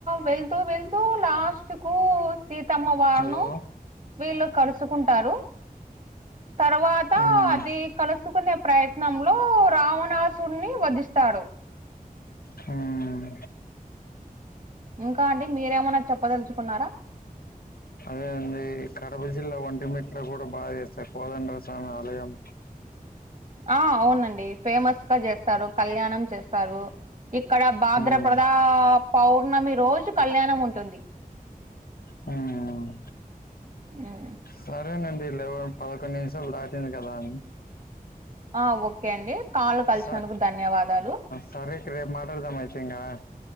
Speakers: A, on the right; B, on the left.
A: వెళ్తూ వెళ్తూ లాస్ట్ కు సీతమ్మవారను
B: హలో
A: వీళ్ళు కలుసుకుంటారు తర్వాత
B: ఉమ్.
A: అది కలుసుకునే ప్రయత్నంలో రావణాసుడిని వధిస్తాడు
B: హామ్
A: ఇంకా అండి మీరేమన్నా చెప్పదలుచుకున్నారా
B: అదే అండి కడప జిల్లా ఇ వంటిమిట్లు కూడా బాగా చేస్తాయి కోదండర స్వామి ఆలయం
A: ఆ అవునండి ఫేమస్ గా చేస్తారు కళ్యాణం చేస్తారు ఇక్కడ బాద్ర
B: ఉమ్
A: ప్రధా పౌర్ణమి రోజు కళ్యాణం ఉంటుంది
B: హామ్
A: ఆ
B: సరేనండి లేవ పదకొండు నిమిషాలు దాటింది కదా అని
A: ఆ ఓకే అండి కాల్ కలిసినందుకు
B: స
A: ధన్యవాదాలు
B: సరే ఇంకా రేపు మాట్దాం అయితేఇంకా